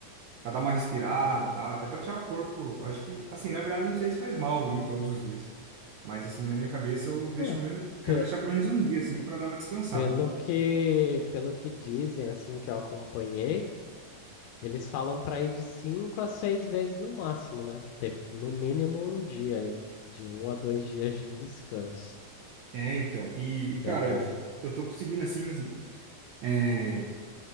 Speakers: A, on the right; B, on the left.
A: Pra dar uma respirada e tal, até pra tirar o corpo. Acho que, assim, na verdade, eu não sei se faz mal ir todos os dias. Mas, assim, na minha cabeça, eu deixo
B: É,
A: pelo menos, quero
B: pe-
A: deixar pelo menos um dia, assim, pra dar uma descansada.
B: pelo que, pelo que dizem, assim, que eu acompanhei, eles falam para ir de cinco a seis vezes no máximo, né? Ter no mínimo um dia aí, de um a dois dias de descanso,
A: É, então. E, e,
B: que
A: cara,
B: é bom.
A: eu tô conseguindo, assim, é,